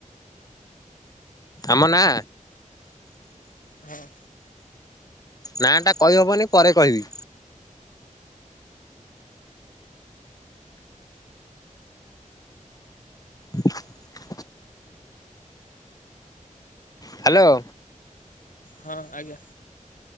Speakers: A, on the left; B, on the left.
A: ଆମ ନା
B: ହଁ
A: ନାଟା କହିହବନି ପରେ କହିବି ହଁ ହ୍ୟାଲୋ
B: ହଁ ଆଜ୍ଞା